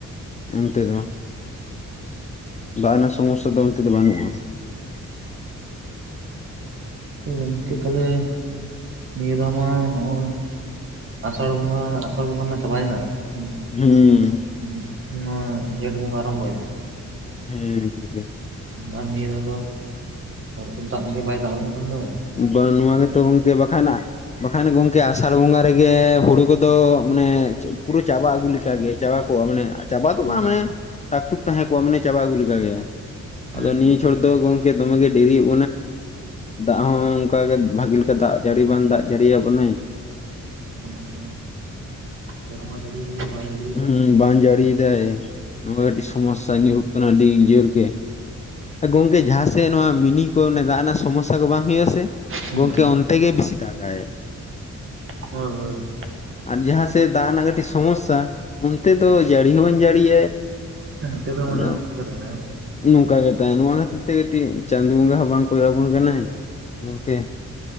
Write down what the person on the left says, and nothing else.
ᱚᱱᱛᱮ ᱫᱚ ᱫᱟᱜ ᱨᱮᱱᱟᱜ ᱥᱚᱢᱚᱥᱥᱟ ᱫᱚ ᱚᱱᱛᱮ ᱫᱚ ᱵᱟᱹᱱᱩᱜᱼᱟ᱾
ᱦᱩᱸ᱾
<unintelligible>
ᱵᱟᱝ ᱱᱚᱣᱟ ᱜᱮᱛᱚ ᱜᱚᱢᱠᱮ ᱵᱟᱠᱷᱟᱱ ᱱᱟᱦᱜ ᱵᱟᱠᱷᱟᱱ ᱜᱚᱝᱠᱮ ᱟᱥᱟᱲ ᱵᱚᱸᱜᱟ ᱨᱮᱜᱮ ᱦᱩᱲᱩ ᱠᱚᱫᱚ ᱢᱟᱱᱮ ᱯᱩᱨᱟᱹ ᱪᱟᱵᱟ ᱟᱹᱜᱩ ᱞᱮᱠ ᱞᱮᱠᱟᱜᱮ ᱪᱟᱵᱟ ᱠᱚᱜᱼᱟ ᱢᱟᱱᱮ ᱪᱟᱵᱟ ᱫᱚ
ᱵᱟᱝ ᱢᱟᱱᱮ ᱴᱟᱠᱴᱩᱠ ᱛᱟᱦᱮᱸ ᱠᱚᱜᱼᱟ ᱢᱟᱱᱮ ᱪᱟᱵᱟ ᱟᱹᱜᱩ ᱞᱮᱠᱟᱜᱮ᱾
ᱟᱫᱚ ᱱᱤᱭᱟᱹ ᱪᱷᱚᱲ ᱫᱚ ᱜᱚᱢᱠᱮ ᱫᱚᱢᱮ ᱜᱮ ᱰᱮᱨᱤᱚᱜ ᱵᱟᱱᱟᱚᱭ᱾ ᱫᱟᱜ ᱦᱚᱸ ᱚᱱᱠᱟ ᱜᱮ ᱵᱷᱟᱜᱤ ᱞᱮᱠᱟ ᱫᱟᱜ ᱡᱟᱹᱲᱤ ᱵᱟᱝ ᱫᱟᱜ ᱡᱟᱹᱲᱤ‌ᱭᱟᱜ ᱵᱚᱱᱟᱭ᱾
ᱦᱩᱸ ᱵᱟᱝ ᱡᱟᱹᱲᱤᱭᱫᱟᱭ ᱱᱚᱝᱠᱟ ᱠᱟᱹᱴᱤᱡ ᱥᱚᱢᱚᱥᱥᱟ ᱧᱩᱨᱦᱩᱜ ᱠᱟᱱᱟ ᱟᱹᱰᱤ ᱡᱳᱨ ᱜᱮ᱾ ᱜᱚᱝᱠᱮ ᱡᱟᱦᱟᱸ ᱥᱮᱫ ᱱᱚᱣᱟ ᱢᱤᱱᱤ ᱠᱚ ᱚᱱᱮ ᱫᱟᱜ ᱨᱮᱱᱟᱜ ᱥᱚᱢᱚᱥᱥᱟ ᱠᱚ ᱵᱟᱝ ᱦᱩᱭᱩᱜ ᱟᱥ ᱥᱮ
ᱜᱚᱝᱠᱮ ᱚᱱᱛᱮ ᱵᱮᱥᱤ ᱫᱟᱜᱟᱭ᱾
ᱟᱨ ᱡᱟᱦᱟᱸ ᱥᱮᱮᱞᱫ ᱫᱟᱜ ᱨᱮᱱᱟᱜ ᱠᱟᱹᱴᱤᱡ ᱥᱚᱢᱚᱥᱥᱟ ᱚᱱᱛᱮ ᱫᱚ ᱡᱟᱹᱲᱤ ᱦᱚᱸ ᱵᱟᱹᱧ ᱡᱟᱹᱲᱟᱭ
ᱟᱫᱚ
ᱱᱚᱝᱠᱟ ᱜᱮ <unintelligible> ᱛᱮ ᱠᱟᱹᱴᱤᱡ ᱪᱟᱸᱫᱳ ᱵᱚᱸᱜᱟ ᱦᱚᱸ ᱵᱟᱝ ᱠᱚᱭᱚᱜ ᱟᱵᱚᱱ ᱠᱟᱱᱟᱭ ᱜᱚᱝᱠᱮ᱾